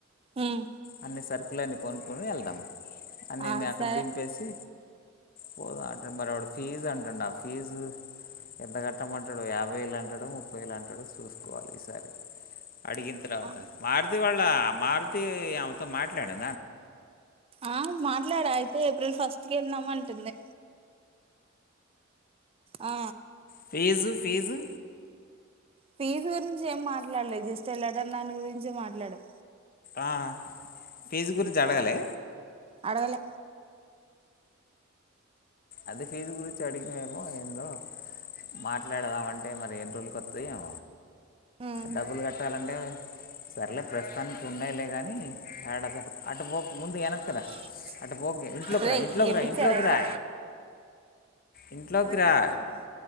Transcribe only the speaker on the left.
అన్ని సరుకులు కుకులన్నీ కొనుక్కొని వెళ్దాం అన్ని
నిన్ను అక్కడ
దింపేసి పోదాం అంట మరి వాడు ఫీజ్ అంటుండు ఆ ఫీజు ఎంత కట్టమంటాడో యాభై వేలు అంటాడో, ముప్పై వేలు అంటాడో చూసుకోవాలి ఈసారి. అడిగిన తర్వాత
మారుతి వాళ్ల మారుతి ఆమెతో మాట్లాడారా
ఫీజు ఫీజు
ఆ ఫీజు గురించి అడగలే?
అదే ఫీజు గురించి అడిగినవేమో ఏందో మాట్లాడదాం అంటే, మరి ఎన్ని రోజులకోత్తాయో
డబ్బులు కట్టాలంటే. సర్లే, ప్రస్తుతానికి ఉన్నాయిలే గానీ, ఏడా అటు పోక ముందు వెనక్కరా <unintelligible>
ఓకే ఇంట్లోకి
రా ఇంట్లోకి
రా
ఇంట్లోకి
రా ఇంట్లోకి
రా